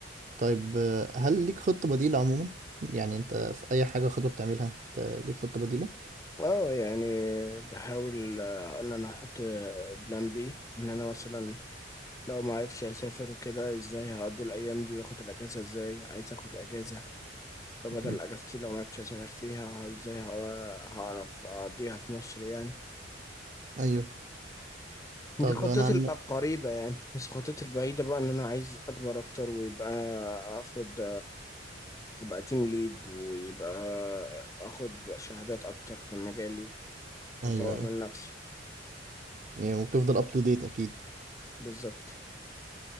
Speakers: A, on the right; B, on the left.
A: طيب آه، هل ليك خطه بديله عموما يعني انت في اي حاجه خطوه بتعملها انت ليك خطه بديله
B: اه يعني بحاول آه، ان انا احط بلان بي ان انا مثلا لو ما عرفش اسافر وكده ازاي هقضي الايام دي واخد الاجازه ازاي عايز اخد اجازه فبدل
A: مم.
B: اجازتي لو ما عرفتش اسافر فيها ازاي ه- هعرف اقضيها في مصر يعني
A: ايوه
B: دي
A: طب
B: خطتي
A: انا عن...
B: الق- القريبة يعني بس خطتي البعيدة بقى ان انا عايز اكبر اكتر ويبقى اخد ابقى تيم ليد ويبقى اخد شهادات اكتر في مجالي
A: ايوه
B: واطور
A: ايوه
B: من نفسي
A: يعني وبتفضل اب تو ديت اكيد
B: بالظبط